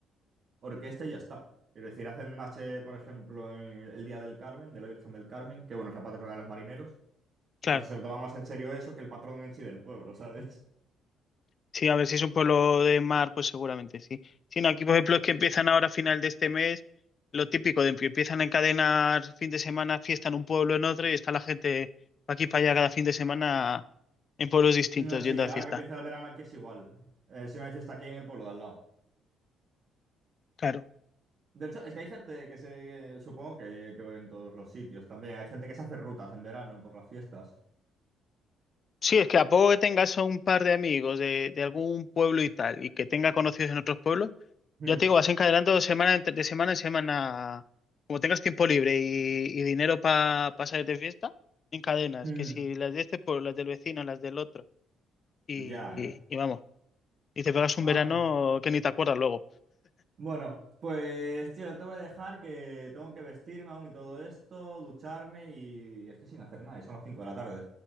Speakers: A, on the right; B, on the left.
A: Orquesta y ya está. Quiero decir, hacen mache, por ejemplo, en el Día del Carmen, de la Virgen del Carmen, que bueno, es la patrona de los marineros.
B: Claro.
A: O sea, se lo toma más en serio eso que el patrón en sí del pueblo, <laughs> ¿sabes?
B: Sí, a ver si es un pueblo de mar, pues seguramente sí. Sí, no, aquí, por ejemplo, es que empiezan ahora a final de este mes, lo típico de que empiezan a encadenar fin de semana fiesta en un pueblo en otro y está la gente pa' aquí para allá cada fin de semana en pueblos distintos
A: No, sí,
B: yendo
A: ahora
B: a fiesta.
A: que empieza el verano aquí es igual. Eh, si no hay fiesta aquí en el pueblo de al lado.
B: Claro.
A: De hecho, es que hay gente que se... Supongo que, que en todos los sitios también. Hay gente que se hace rutas en verano por las fiestas.
B: Sí, es que a poco que tengas a un par de amigos de, de algún pueblo y tal, y que tenga conocidos en otros pueblos,
A: Mm,
B: Ya te digo, vas encadenando semana en- de semana en semana. Como tengas tiempo libre y, y dinero para pasar de fiesta, encadenas.
A: mm.
B: Que si las de este pueblo, las del vecino, las del otro. Y,
A: Ya, ¿eh?
B: y vamos. Y te pegas un
A: Ay.
B: verano que ni te acuerdas luego.
A: Bueno, pues tío, te voy a dejar que tengo que vestirme aún y todo esto, ducharme y estoy sin hacer nada y son las 5 de la tarde.